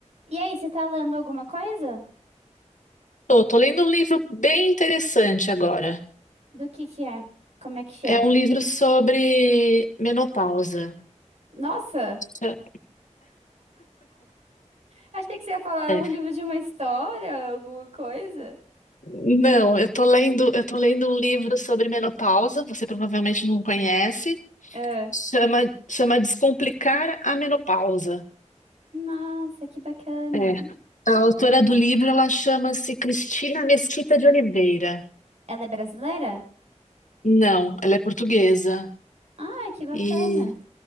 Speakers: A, on the right; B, on the left.
A: E aí, você tá lendo alguma coisa?
B: Tô, tô lendo um livro bem interessante agora.
A: Do que que é? Como é que chama?
B: É um livro sobre menopausa.
A: Nossa,
B: É.
A: achei que você ia falar
B: é.
A: um livro de uma história, alguma coisa.
B: Não, eu tô lendo, eu tô lendo um livro sobre menopausa, você provavelmente não conhece.
A: É.
B: Chama, chama Descomplicar a Menopausa.
A: Nossa, que bacana.
B: É.
A: E
B: A autora do livro, ela chama-se Cristina Mesquita de Oliveira.
A: Ela é brasileira?
B: Não, ela é portuguesa.
A: Ah, que bacana.
B: E